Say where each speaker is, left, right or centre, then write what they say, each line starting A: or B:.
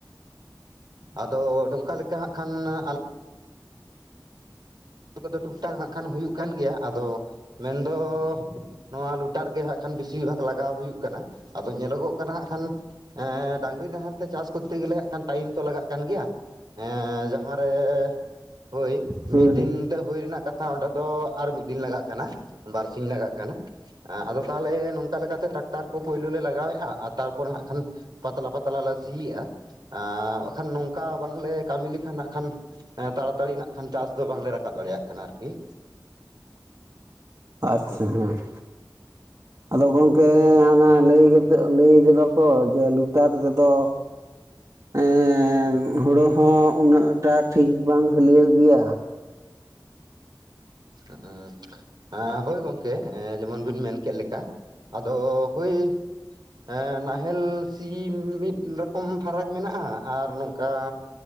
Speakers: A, on the right; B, on the right.
A: ᱟᱫᱚ ᱱᱚᱝᱠᱟ ᱞᱮᱠᱟ ᱦᱟᱸᱜ ᱠᱷᱟᱱ ᱟᱞᱮᱼᱼ ᱠᱚᱫᱚ ᱴᱩᱠᱴᱟᱠᱟᱜ ᱠᱷᱟᱱ ᱦᱩᱭᱩᱜ ᱠᱟᱱ ᱜᱮᱭᱟ ᱾ ᱟᱫᱚ ᱢᱮᱱ ᱫᱚᱼᱼ ᱱᱚᱣᱟ ᱞᱩᱴᱟᱨ ᱨᱮᱜᱮ ᱦᱟᱸᱜ ᱠᱷᱟᱱ ᱵᱮᱥᱤᱨ ᱵᱷᱟᱜᱽ ᱞᱟᱜᱟᱣ ᱦᱩᱭᱩᱜ ᱠᱟᱱᱟ, ᱟᱫᱚ ᱧᱮᱞᱚᱜᱚᱜ ᱠᱟᱱᱟ ᱦᱟᱸᱜ ᱠᱷᱟᱱᱼᱼ ᱮᱸ ᱰᱟᱝᱨᱤ ᱱᱟᱦᱮᱞ ᱛᱮ ᱪᱟᱥ ᱠᱚᱨᱛᱮ ᱜᱮᱞᱮ ᱴᱟᱭᱤᱢ ᱛᱚ ᱞᱟᱜᱟᱜ ᱠᱟᱱ ᱜᱮᱭᱟ ᱾ ᱡᱟᱦᱟᱸ ᱨᱮ ᱦᱚᱭ
B: ᱦᱩᱸ
A: ᱢᱤᱫ,
B: ᱦᱩᱸ
A: ᱮᱱᱛᱮ ᱦᱩᱭ ᱨᱮᱱᱟᱜ ᱠᱟᱛᱷᱟ ᱚᱸᱰᱮ ᱫᱚ ᱟᱨ ᱢᱤᱫ ᱫᱤᱱ ᱞᱟᱜᱟᱜ ᱠᱟᱱᱟ ᱵᱟᱨ ᱥᱤᱧ ᱞᱟᱜᱟᱜ ᱠᱟᱱᱟ ᱾ ᱦᱮᱸ ᱟᱫᱚ ᱛᱟᱦᱚᱞᱮ ᱱᱚᱝᱠᱟ ᱞᱮᱠᱟᱛᱮ ᱴᱨᱟᱠᱴᱟᱨ ᱠᱚ ᱯᱩᱭᱞᱳ ᱞᱮ ᱞᱟᱜᱟᱣᱮᱜᱼᱟ ᱾ ᱟᱨ ᱛᱟᱨᱯᱚᱨᱮ ᱦᱟᱸᱜ ᱠᱷᱟᱱᱼᱼ ᱯᱟᱛᱞᱟ ᱯᱟᱛᱞᱟ ᱞᱮ ᱥᱤ ᱮᱭᱟ, ᱟᱨ ᱵᱟᱠᱷᱟᱱ ᱱᱚᱝᱠᱟ ᱵᱟᱝᱞᱮ ᱠᱟᱹᱢᱤ ᱞᱮᱠᱷᱟᱱ ᱟᱠᱷᱟᱱᱼᱼ ᱮᱸ ᱛᱟᱲᱟᱛᱟᱲᱤ ᱱᱟᱜ ᱠᱷᱟᱱ ᱪᱟᱥ ᱫᱚ ᱵᱟᱝᱞᱮ ᱨᱟᱠᱟᱵ ᱫᱟᱲᱮᱭᱟᱜ ᱠᱟᱱᱟ ᱟᱨᱠᱤ ᱾
B: ᱟᱪᱪᱷᱟ ᱦᱮ <unintelligible> ᱸ ᱟᱫᱚ ᱜᱚᱝᱠᱮ ᱚᱱᱟ ᱞᱟᱹᱭ ᱵᱤᱱ ᱞᱟᱹᱭ ᱠᱟᱫᱟ ᱠᱚ ᱡᱮ ᱞᱩᱴᱟᱨ ᱛᱮᱫᱚ ᱮᱻ ᱦᱩᱲᱩ ᱦᱚᱸ ᱩᱱᱟᱹᱜᱴᱟ ᱴᱷᱤᱠ ᱵᱟᱝ ᱦᱟᱹᱞᱤᱭᱟᱹᱜ ᱜᱮᱭᱟ ᱾
A: ᱦᱸ ᱟᱪᱪᱷᱟ ᱾ ᱦᱳᱭ ᱜᱚᱝᱠᱮ ᱡᱮᱢᱚᱱ ᱵᱤᱱ ᱢᱮᱱ ᱠᱮᱫ ᱞᱮᱠᱟ, ᱟᱫᱚ ᱦᱳᱭᱼᱼ ᱮᱸ ᱱᱟᱦᱮᱞ ᱥᱤᱢ ᱢᱤᱫ ᱨᱚᱠᱚᱢ ᱯᱷᱟᱨᱟᱠ ᱢᱮᱱᱟᱜᱼᱟ ᱟᱨ ᱱᱚᱝᱠᱟᱼᱼ